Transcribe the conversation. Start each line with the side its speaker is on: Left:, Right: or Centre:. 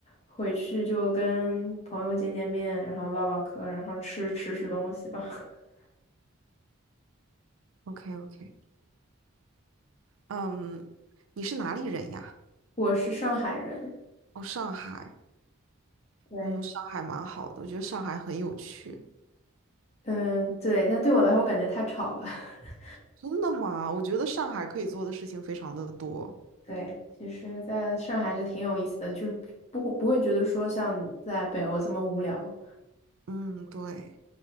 Left: 回去就跟朋友见见面，然后唠唠嗑，然后吃吃吃东西吧。<laughs>
Right: OK OK，嗯，你是哪里人呀？
Left: 我是上海人，
Right: 哦，上海。
Left: 对。
Right: 嗯，上海蛮好的，我觉得上海很有趣。
Left: 嗯，对，但对我来说，我感觉太吵了。<laughs>
Right: 真的吗？我觉得上海可以做的事情非常的多。
Left: 对，其实在上海还是挺有意思的，就是不不会觉得说像在北欧这么无聊。
Right: 嗯，对。